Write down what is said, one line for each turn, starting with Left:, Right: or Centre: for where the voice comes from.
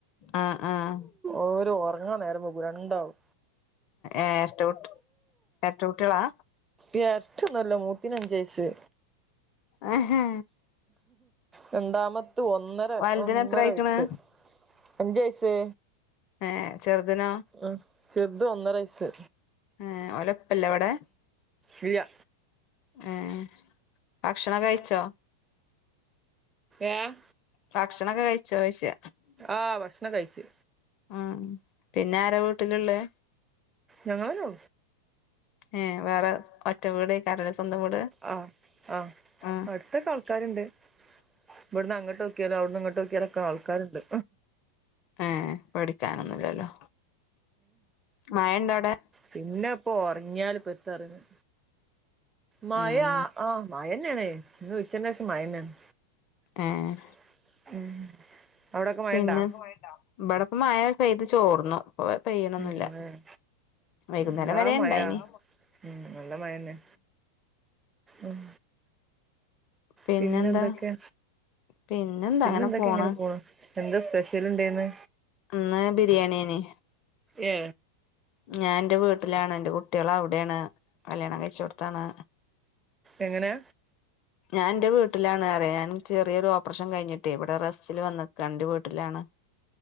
Left: ആഹ് ആഹ്
Right: ഓര് ഒറങ്ങാൻ നേരം പോക്കും രണ്ടാവും
Left: ഏരട്ട കു ഏരട്ട കൂട്ടികളാ
Right: എരട്ടയൊന്നുല്ല മൂത്തനഞ്ച് വയസ്
Left: ആഹാ
Right: രണ്ടാമത്ത് ഒന്നര
Left: വലുതിന്
Right: ഒന്നര
Left: എത്ര ആയിക്കണ്
Right: വയസ്സ് അഞ്ച് വയസ്
Left: ഏഹ ചെറുതിനോ
Right: ആഹ് ചെറുത് ഒന്നര വയസ്
Left: ഏ ഓലപ്പല്ലേ ഇവിടെ
Right: മ്
Left: ഏഹ് ഭക്ഷണം കഴിച്ചോ
Right: ഏഹ്
Left: ഭക്ഷണൊക്കെ കഴിച്ചോയിച്ചയ
Right: ആഹ് ഭക്ഷണം കഴിച്ച്
Left: ആഹ് പിന്നെ ആര വീട്ടിലുള്ളേ
Right: ഞങ്ങളെലോ
Left: ഏ വേറെ ഒറ്റ വീട് <unintelligible> സ്വന്തം വീട്
Right: ഓ ഓ
Left: ആ
Right: അടുത്തൊക്കെ ആൾക്കാരുണ്ട് ഇവിടുന്ന് അങ്ങോട്ട് നോക്കിയാലും അവിടുന്ന് ഇങ്ങോട്ട് നോക്കിയാലൊക്കെ ആൾക്കാരുണ്ട്
Left: ഏഹ് പേടിക്കാനൊന്നുംല്ലല്ലോ മഴണ്ട അവിടെ
Right: പിന്നെപ്പോ ഉറങ്ങിയാല് പ്പത്ത പറയ്ന്ന്‌ മയ
Left: ഉം
Right: ആഹ് മയന്നെയാണേ ന്ന് ഉച്ചേന്റെ ശേഷം മയന്നാണ്
Left: ഏഹ്
Right: ഉം അവിടൊക്കെ മഴണ്ടാ
Left: പിന്നെ ഇവിടെപ്പ മയ പെയ്ത് ചോർന്നു ഇപ്പൊ പെയ്യണൊന്നില്ല
Right: ഉം ആഹ്
Left: വൈകുന്നേരം
Right: എന്താ
Left: വരെ
Right: മഴ
Left: ണ്ടായിന്
Right: ഉം നല്ല മഴന്നെ ഉം
Left: പിന്നെന്താ
Right: പിന്നെ എന്തൊക്കെ
Left: പിന്നെന്താ
Right: പിന്നെ
Left: അങ്ങനെ
Right: എന്തൊക്കെ
Left: പോണ്
Right: ഇങ്ങനെ പോണു. എന്താ സ്പെഷ്യൽ ഉണ്ടെന്ന്?
Left: ഇന്ന് ബിരിയാണിയേനി.
Right: ഏ
Left: ഞാൻ എൻറെ വീട്ടിലാണ് എൻറെ കുട്ടികള അവിടെയാണ് കല്യാണം കഴച്ചോട്ത്താണ്.
Right: എങ്ങനെ
Left: ഞാൻ എന്റെ വീട്ടിലാണ് പറി ഞാൻ ചെറിയൊരു ഓപ്പറേഷൻ കഴിഞ്ഞിട്ടേ ഇവിടെ റസ്റ്റില് വന്ന്ക്ക എന്റെ വീട്ടിലാണ്. <inaudible>